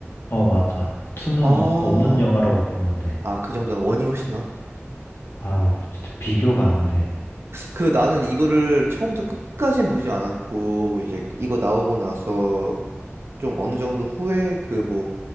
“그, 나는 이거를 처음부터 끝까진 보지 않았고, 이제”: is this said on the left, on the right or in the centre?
Right